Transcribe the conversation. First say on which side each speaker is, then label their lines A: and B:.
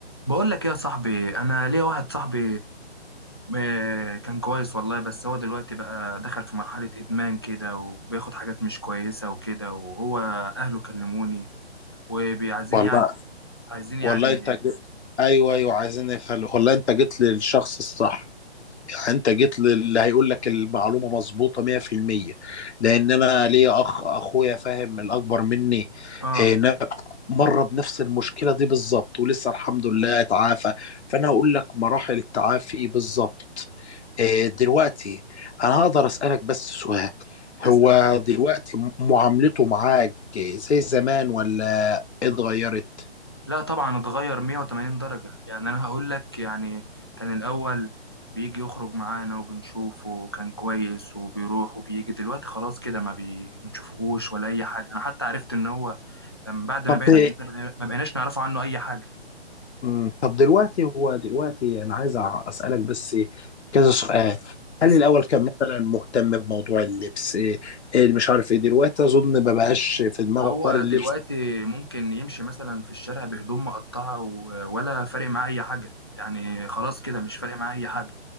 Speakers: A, on the left (about 25°); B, on the left (about 75°).
A: بقول لك إيه يا صاحبي انا ليا واحد صاحبي آه، كان كويس والله بس هو دلوقتي بقى دخل في مرحلة ادمان كده وبياخد حاجات مش كويسة وكده وهو اهله كلموني وبيعايزين
B: والله
A: يعني عايزين يعني
B: والله انت جيت ايوه ايوه عايزين يخلوا والله انت جيت للشخص الصح يعني انت جيت للي هيقول لك المعلومه مظبوطه 100% لان انا ليا اخ اخويا فاهم الاكبر مني
A: اه
B: اه، نا- مر بنفس المشكله دي بالظبط ولسه الحمد لله اتعافى فانا هقول لك مراحل التعافي بالظبط اه، دلوقتي انا هقدر اسالك بس سؤال
A: اسأل
B: هو دلوقتي م- معاملته معاك زي زمان ولا اتغيرت؟
A: لا طبعا اتغير 180 درجة يعني انا هقول لك يعني كان الاول بيجي يخرج معانا وبنشوفه وكان كويس وبيروح وبيجي دلوقتي خلاص كده ما بي- بنشوفهوش ولا اي حاجة انا حتى عرفت ان هو لما بعد
B: طب
A: ما بعد
B: د-
A: عننا ما بقيناش نعرفه عنه اي حاجة
B: مم، طب دلوقتي هو دلوقتي انا عايز اسالك بس كذا سؤال هل
A: اسأل
B: الاول كان مثلا مهتم بموضوع اللبس إيه إيه مش عارف ايه دلوقتي اظن ما بقاش في دماغه
A: فهو
B: حوار اللبس
A: دلوقتي ممكن يمشي مثلا في الشارع بهدوم مقطعة و- ولا فارق معاه اي حاجة يعني خلاص كده مش فارق معاه اي حاجة